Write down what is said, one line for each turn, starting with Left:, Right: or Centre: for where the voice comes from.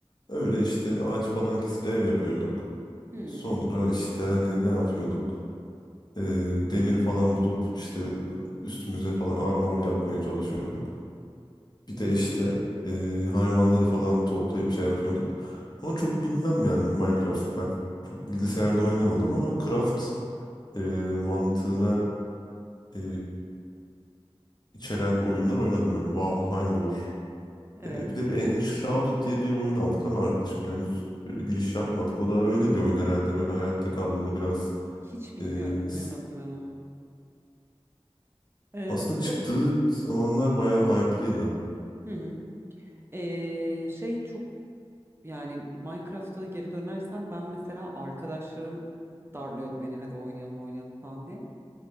Left: Öyle işte ağaç falan kesip ev yapıyorduk.
Right: Hmm,
Left: Sonra işte hani ne yapıyorduk? Eee, demir falan bulup işte üstümüze falan armor yapmaya çalışıyorduk. Bir de
Right: Hı hı.
Left: işte eee, hayvanları falan toplayıp şey yapıyorduk. Ama çok bilmem yani Minecraft ben. Çok bilgisayarda oynamadım ama Craft e, mantığına e, içeren oyunlar oynadım böyle. Valheim olur.
Right: Evet.
Left: E, bir de bir Enshrouded diye bir oyun aldık ama arkadaşımla henüz e, giriş yapmadık. O da öyle bir oyun herhalde böyle hayatta kalmalı biraz.
Right: Hiç bilmiyorum,
Left: E,
Right: duymadım
Left: s-
Right: ben onu. Eee,
Left: aslında
Right: bu
Left: çıktığı
Right: arada...
Left: zamanlar bayağı hype'lıydı.
Right: Hı hı. Ee, şey çok yani Minecraft'a geri dönersem ben mesela arkadaşlarım darlıyordu beni hadi oynayalım oynayalım falan diye.